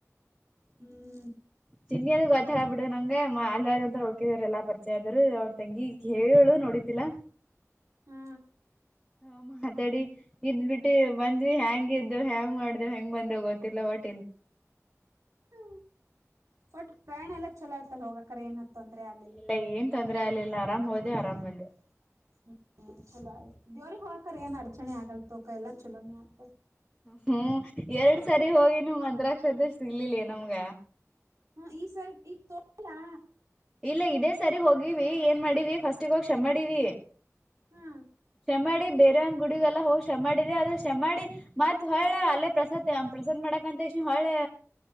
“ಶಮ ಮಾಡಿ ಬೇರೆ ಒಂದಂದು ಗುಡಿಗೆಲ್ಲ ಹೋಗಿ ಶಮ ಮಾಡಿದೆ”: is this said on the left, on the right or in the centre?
Centre